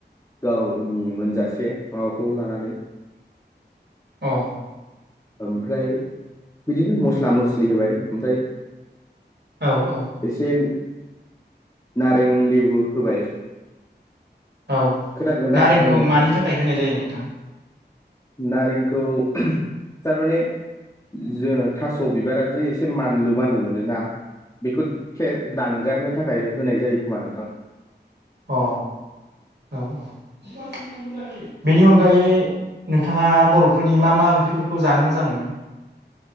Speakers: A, on the left; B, on the right.
A: गावनि मोनजासे माबाखौ लानानै
B: औ
A: ओमफ्राय बिदिनो मस्ला मस्लि होबाय ओमफ्राय
B: औ औ
A: इसे नारें लेबु होबाय।
B: औ
A: खोनादों दा
B: नारेंखौ
A: आं होननाय
B: मानि थाखाय होनाय जायो नों नोंथां?
A: नारेंखौ थारमाने जोङो थास' बिबारा जे एसे मानलु मानलु मोनोना बेखौ एसे दानगारनो थाखाय होनाय जायो खोमा नोंथां।
B: अ औ औ बेनि अनगायै नोंथाङा बर'फोरनि मा मा ओंख्रिफोरखौ जानो मोजां मोनो?